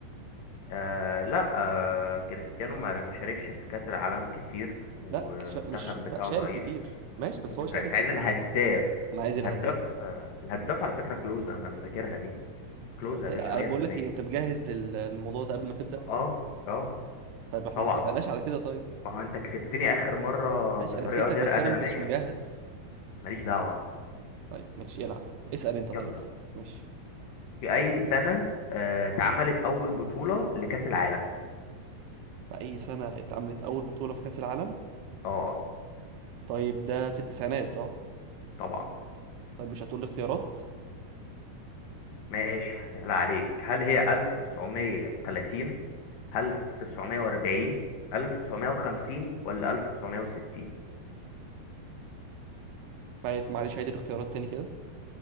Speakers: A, on the left (about 65°); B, on the right (about 85°).
A: آه لا آه كريستيانو ما ما شاركش في كأس العالم كتير والمنتخب
B: لا كشا... مش
A: بتاعه
B: لا شارك
A: ضعيف
B: كتير ماشي بس
A: انت
B: هو
A: انت
B: شارك كتير
A: عايز الهداف
B: انا عايز الهداف
A: الهداف آه، الهداف على فكرة كلوزا انا مذاكرها دي كلوزا
B: هو انت
A: يا
B: انا
A: باشا 100%
B: بقول لك ايه انت مجهز لل... للموضوع ده قبل ما تبدأ
A: اه اه
B: طيب احنا
A: طبعا
B: ما اتفقناش على كده طيب
A: ما هو انت كسبتني اخر مرة
B: ماشي
A: بطريقة
B: انا كسبتك
A: غير
B: بس
A: ادمية
B: انا ما كنتش مجهز
A: ماليش دعوة
B: طيب ماشي العب اسأل انت طيب
A: يلا
B: بس ماشي
A: في اي سنة آه، اتعملت اول بطولة لكأس العالم
B: في اي سنة اتعملت اول بطولة في كأس العالم
A: اه
B: طيب ده في التسعينات صح
A: طبعا
B: طيب مش هتقول لي اختيارات
A: ماشي هسهلها عليك هل هي 1930 1940 1950 ولا 1960
B: معل- معلش عيد الاختيارات تاني كده